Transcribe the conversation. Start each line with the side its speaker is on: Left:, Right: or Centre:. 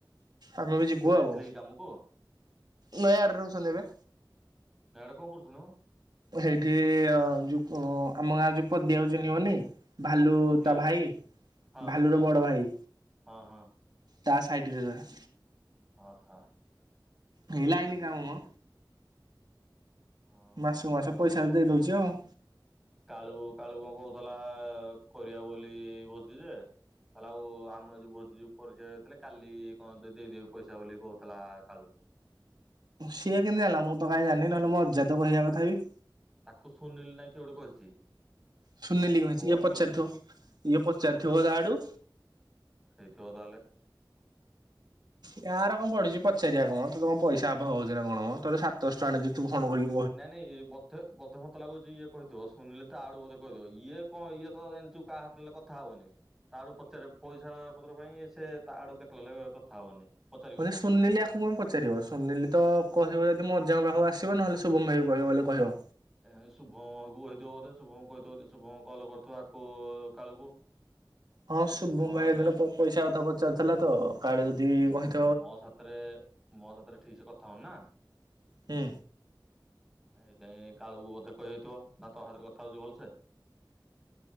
Right: ଆମେ ବି ଯିବୁ
Centre: କୁଆଡେ
Right: ଆଉ,
Centre: ଯାଇଥିଲେ କି କାମକୁ
Right: ନୟାଗଡ଼ରେ ରହୁଛନ୍ତି ଏବେ।
Centre: ସିଆଡ଼େ କଣ କରୁଚନ୍ତି ମ?
Right: ହେଇଠି ଅ ଯୋଉ ଆମ ଗାଁ ଯୋଉ ପଦିଆ କୁ ଚିଁହିବନି ଭାଲୁ
Centre: ପଦିଆ
Right: ତା ଭାଇ
Centre: ହଁ
Right: ଭାଲୁର ବଡ଼ ଭାଇ।
Centre: ହଁ ହଁ।
Right: ତା ସାଇଡି ରେ ରହେ।
Centre: ଅ ହ।
Right: ହେଇ ଲାଇନ କାମ ମ।
Centre: ଓହୋ
Right: ମାସକୁ ମାସ
Centre: ଆଉ
Right: ପଇସା
Centre: ଇଏ
Right: ଦେଇ ଦଉଚି ଆଉ।
Centre: କାଳୁ କାଳୁ କଣ କହୁଥଲା କରିଆ ବୋଲି ଭୋଜି ଯେ କହିଲା ଆଉ ଆମ ଯୋଉ ଭୋଜି ଯୋଉ <unintelligible> ହେଇଥିଲେ କାଲି କଣ ଦେଇଦେବି ପଇସା ବୋଲି କହୁଥିଲା କାଳୁ।
Right: ସିଏ କେମନ୍ତି ଜାଣିଲା ମୁଁ ତ କାହିଁ ଜାଣିନି ନହେଲେ ମ ଅଜାତ କହିବା କଥା ବିି
Centre: ତାକୁ ଶୁନିଲି ନା କି ଗୋଟେ କହିଛି।
Right: ସୁନିଲିି କହିଛି
Centre: ଫୋନ
Right: ଇଏ ପଚାରୁଥିବ
Centre: କରିକି
Right: ଇଏ ପଚାରିଥିବ ଆଡୁ
Centre: ହେଇଥିବ ତାହେଲେ।
Right: କା ର କଣ ପଢୁଛି ପଚାରିିବା କଣ ତମ ପଇସା ଅଭାବ ହଉଛି ନା କଣ ମ ତୋର ସାତଶ <unintelligible> କରିବୁ
Centre: ନାଇଁ ନାଇଁ ଇଏ ବ ତେ ମତେ ମତେ ଲାଗୁଚି ଇଏ କହିଥିବ ଶୁନିଲି ତାଆଡୁ ବଧେ କହିଥିବ ଇଏ କଣ ଇଏ ତ ଜାଣିଛୁ କା ହାତ <unintelligible> କଥା ହବନି। ତା ଆଡୁ ପଚାରେ ପଇସା ପତ୍ର ପାଇଁ ସେ ତା ଆଡୁ କେତେବେଳେ କଥା ହବନି। ପଚାରିବନି
Right: ବଧେ
Centre: ବି।
Right: ସୁୁନିଲି ଆକୁ କଣ ପଚାରିବ ସୁ ସୁନିଲି ତ କହିବ ଯଦି ମୋ ଅଜାଙ୍କ ପାଖକୁ ଆସିବ ନହେଲେ ଶୁଭମ ଭାଇକୁ କହିବ ବୋଲେ କହିବ।
Centre: ଏ ଶୁଭମକୁ କହିଥିବ ବୋଧେ ଶୁଭମଙ୍କୁ କହିଥିବ ଯଦି ଶୁଭମଙ୍କ କଲ୍ କରିଥିବ ଆକୁ କାଳୁକୁ।
Right: ହଁ ଶୁଭୁମ
Centre: ମୋ
Right: ଭାଇ
Centre: ହାତରେ
Right: ହେ ଦିନ ପ ପଇସା କଥା ପଚାରୁ ଥିଲା ତ କାଳେ ଯଦି କହି
Centre: ମୋ ସାଥିରେ ମୋ ସାଥିରେ ଠିକ ସେ କଥା ହଉନି ନା।
Right: ହୁଁ
Centre: ଆ ହେଇଥିପାଇଁ କାଳୁକୁ ବୋଧେ କହିଦେଇଥିବ ନା ତୋ ହାତରେ କଥା ହଉଛି ଭଲସେ।